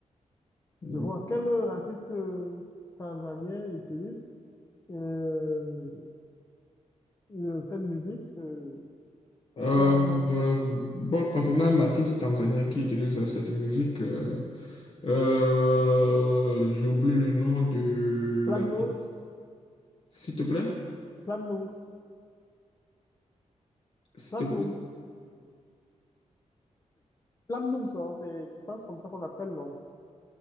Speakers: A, on the left (about 45°); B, on the left (about 25°).
A: euh,
B: Je vois. Quel euh, artiste euh, tanzanien utilise euh, euh, cette musique? Euh,
A: Euh,
B: tu as
A: euh, bon, concernant l'artiste tanzanien qui utilise cette musique, euh, euh, j'oublie le nom de
B: Platinum,
A: l'artiste. S'il te plaît,
B: Platinum,
A: s'il
B: Platinum.
A: te plaît.
B: Plandum, ça, hein, c'est, je pense comme ça qu'on appelle, non?